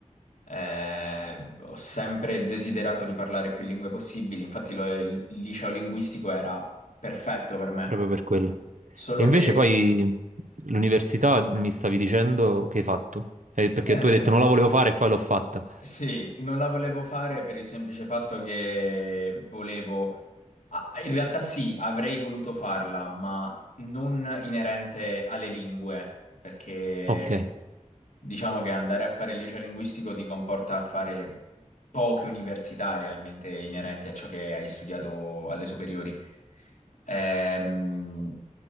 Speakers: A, on the left; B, on the right.
A: eh, ho sempre desiderato di parlare più lingue possibili, infatti lo- il liceo linguistico era perfetto per me,
B: proprio per quello.
A: solo
B: E invece
A: che...
B: poi l'università mi stavi dicendo che hai fatto, Eh, perché
A: eh,
B: tu hai detto non la volevo fare e poi l'ho fatta.
A: Sì, non la volevo fare per il semplice fatto che volevo... ah, In realtà sì, avrei voluto farla, ma non inerente alle lingue, perché
B: Ok,
A: Diciamo che andare a fare il liceo linguistico ti comporta a fare poche università realmente inerenti a ciò che hai studiato alle superiori. Ehm,